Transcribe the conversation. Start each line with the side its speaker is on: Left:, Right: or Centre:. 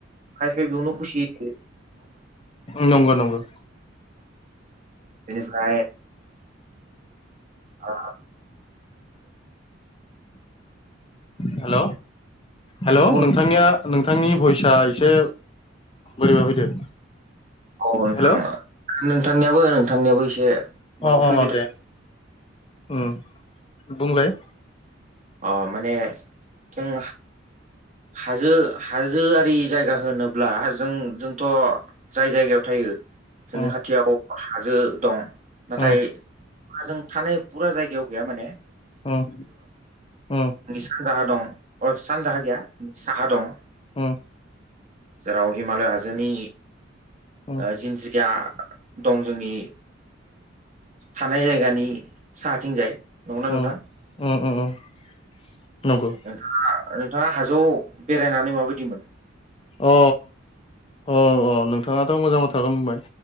Right: खायसि बियावनो खुसि थायो
Left: नंगौ नंगौ
Right: बेनिफाय अ
Left: हेल' हेल'
Right: औ
Left: नोंथांनिया नोंथांनि भइसा एसे बोरैब फैदो
Right: औ नोंथा
Left: हेल' अ
Right: नोंथांनियाबो नोंथांनियाबो एसे माबा
Left: अ अ
Right: फैबाय
Left: अ
Right: था
Left: दे उम बुंलाय
Right: अ माने जों हाजो हाजोआरि जायगा होनोब्ला जों जोंथ' जाय जायगायाव थायो जोंनि
Left: अ
Right: खाथियाव हाजो दं नाथाय
Left: अ
Right: जों थानाय फुरा जायगायाव गैया माने
Left: उम उम
Right: नोंनि सानजाहा दं अ सानजाहा गैया नोंनि साहा दं
Left: ओम
Right: जेराव हिमालय हाजोनि
Left: अ
Right: ओ जिनज्रिया दं जोंनि थानाय जायगानि साहाथिंजाय नंगौना
Left: <unintelligible>
Right: नोंथां?
Left: नंगौ
Right: नोंथाङा नोंथाङा हाजोआव बेरायनानै माबायदि मोनदों
Left: अ अ अ नोंथाङाथ' मोजां बाथ्राखौनो होनबाय